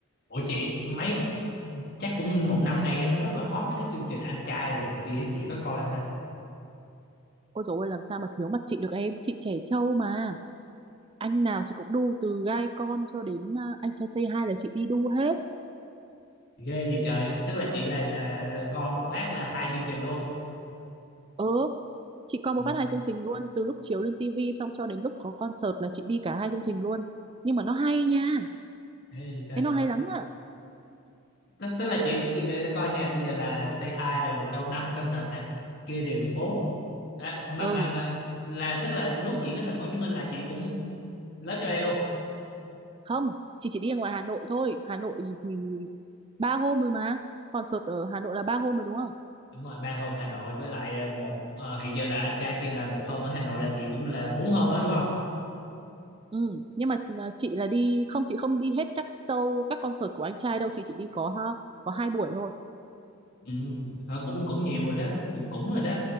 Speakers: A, on the left; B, on the right.
A: Ủa chị mấy chắc cũng một năm nay á, nó rất là hot mấy cái chương trình Anh trai rồi này kia chị có coi không ta
B: Ôi dồi ôi làm sao mà thiếu mặt chị được em Chị trẻ trâu mà Anh nào chị cũng đu từ gai con cho đến à, anh trai say hi là chị đi đu hết
A: ghê vậy trời tức là chị là là, là coi một phát là hai chương trình luôn
B: Ừ chị coi
A: ừ,
B: một phát hai chương trình luôn Từ lúc chiếu lên tivi xong cho đến lúc có concert là chị đi cả hai chương trình luôn Nhưng mà nó hay nha
A: ghê vậy trời
B: cái nó hay lắm ạ
A: tức tức là chị chị- để, để coi nha bây giờ là Say Hi là được đâu năm concert nè kia thì được bốn à, mà
B: Ừ
A: mà mà là tức là lúc diễn ở thành phố Hồ Chí Minh là chị cũng lết vô đây luôn
B: không chị chỉ đi ở ngoài Hà Nội thôi Hà Nội thì ba hôm rồi mà Concert ở Hà Nội là ba hôm rồi đúng không
A: đúng rồi ba hôm Hà Nội với lại một ờ, hiện giờ là anh trai kia là một hôm ở Hà Nội là chị cũng là bốn hôm đó đúng
B: Ừ, nhưng mà à, chị là đi không chị không đi hết các show các concert của anh trai đâu chị chỉ đi có ha có hai buổi thôi
A: Ừ, ờ, cũng cũng nhiều rồi đó cũng cũng rồi đó